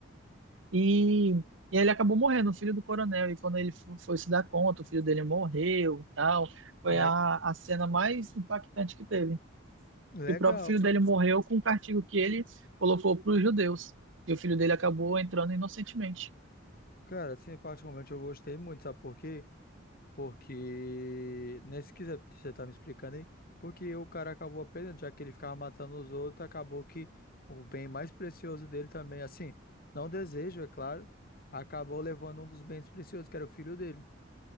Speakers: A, on the right (about 75°); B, on the left (about 50°).
A: E, e aí ele acabou morrendo, o filho do coronel. E quando ele fo- foi se dar conta, o filho dele morreu e tal. Foi
B: Aí, é-
A: a, a cena mais impactante que teve.
B: legal.
A: Que o próprio filho dele morreu com um castigo que ele colocou para os judeus. E o filho dele acabou entrando inocentemente.
B: Cara, assim, particularmente eu gostei muito, sabe por quê? Porque, nesse que você você tá me explicando aí, porque o cara acabou aprendendo, já que ele ficava matando os outros, acabou que o bem mais precioso dele também, assim, não desejo, é claro, acabou levando um dos bens preciosos, que era o filho dele.